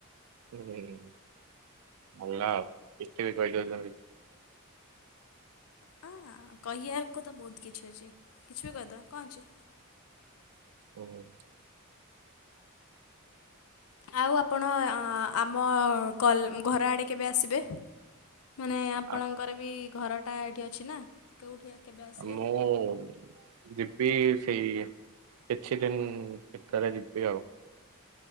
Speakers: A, on the right; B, on the left.
A: <unintelligible> ଭଲ ଆଉ କିଛିବି କହିଦଉଚନ୍ତି
B: ହଁ କହିବାକୁ ତ ବହୁତ କିଛି ଅଛି କିଛି ବି କହିଦବା କଣ ଅଛି।
A: <unintelligible>
B: ଆଉ ଆପଣ ଆମ କଲ୍ ଘର ଆଡ଼େ କେବେ ଆସିବେ? ମାନେ ଆପଣଙ୍କର
A: ଆ
B: ବି ଘରଟା ଏଇଠି ଅଛି ନା କେଉଠି ଆ କେବେ ଆସିବେ?
A: ଆ ମୁଁ <unintelligible> ଯିବି ସେଇ କିଛି ଦିନି ଭିତରେ ଯିବି ଆଉ